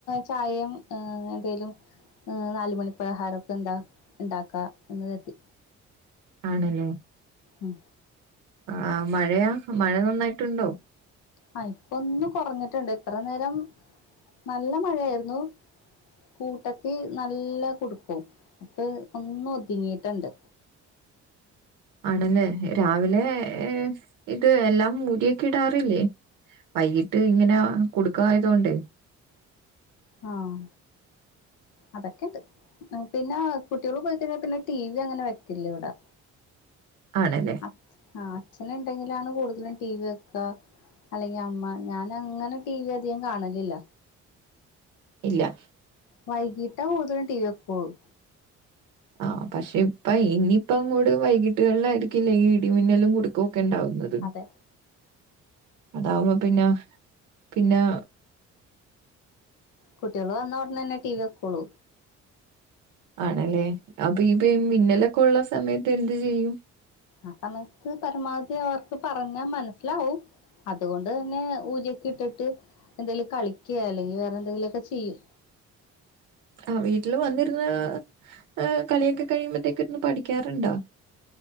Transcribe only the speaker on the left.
ചായയും എന്തേലും നാലുമണി പലഹാരൊക്കെ എന്താ ഇണ്ടാക്കാ എന്ന് കരുതി
ഉം
ആ ഇപ്പൊ ഒന്ന് കൊറഞ്ഞിട്ടുണ്ട് ഇത്ര നേരം നല്ല മഴയായിരുന്നു കൂട്ടത്തി നല്ല കുടുക്കും ഇപ്പൊ ഒന്ന് ഒതുങ്ങിയട്ടെണ്ട്
ആഹ് അതൊക്കെ ഇണ്ട്. പിന്നെ കുട്ട്യേള് പോയി കഴിഞ്ഞാ പിന്നെ ടി വി അങ്ങനെ വെക്കില്ല ഇവിടെ
അച്ഛ ആ അച്ഛൻ എണ്ടെങ്കിലാണ് കൂടുത തലും ടി വി വെയ്ക്ക അല്ലെങ്കി അമ്മ ഞാൻ അങ്ങനെ ടി വി അധികം കാണലില്ല
വൈകിട്ടാ കൂടുതലും ടീവി വെയ്ക്കുള്ളു
അതെ
കുട്ടികള് വന്നഒടനെ തന്നെ ടി വി വെക്കൊള്ളൂ
ആ സമയത്ത് പരമാവധി അവർക്ക് പറഞ്ഞാ മനസ്സിലാവും അതുകൊണ്ട് തന്നെ ഊര് ഇട്ടിട്ട് എന്തേലും കളികെ അല്ലെങ്കിൽ വേറെ എന്തെങ്കിലുമൊക്കെ ചെയ്യും